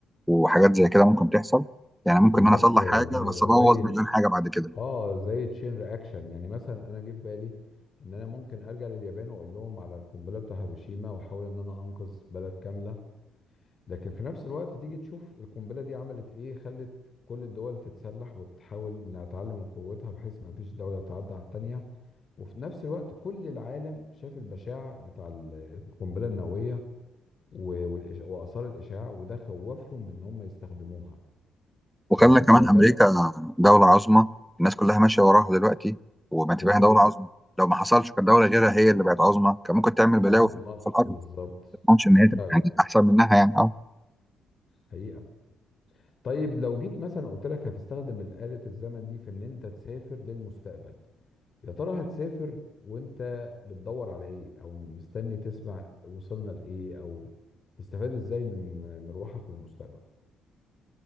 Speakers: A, in the centre; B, on the left.
A: وحاجات زي كده ممكن تحصل
B: بالظبط
A: يعني ممكن ان انا اصلح
B: آه،
A: حاجه
B: ده هيبقى
A: بس ابوظ
B: زي تش...
A: مليون حاجه بعد كده
B: اه زي تشين رياكشن يعني مثلا انا جه في بالي ان انا ممكن ارجع لليابان واقول لهم على القنبله بتاع هيروشيما واحاول ان انا انقذ بلد كامله لكن في نفس الوقت تيجي تشوف القنبله دي عملت ايه خلت كل الدول تتسلح وتحاول انها تعلم من قوتها بحيث ما فيش دوله تعدى على التانيه وفي نفس الوقت كل العالم شاف البشاعة بتاع ال- القنبلة النووية و- والإش- وآثار الإشعاع وده خوفهم من إن هم يستخدموها
A: وخلى
B: ف...
A: كمان
B: فده
A: امريكا دولة عظمى الناس كلها ماشية وراها دلوقتي وما
B: بالظبط
A: تبقاها دولة عظمى لو ما حصلش كانت دولة غيرها هي اللي بقت عظمى كان ممكن تعمل
B: ما
A: بلاوي
B: تضمنش
A: في في الأرض
B: بالظبط
A: ما أظنش إن هي تبقى
B: فعلا
A: يعني أحسن منها يعني أه
B: حقيقة طيب لو جيت مثلا قلت لك هتستخدم آلة الزمن دي في إن أنت تسافر للمستقبل يا ترى هتسافر وأنت بتدور على إيه أو مستني تسمع وصلنا لإيه أو تستفاد إزاي من مروحك للمستقبل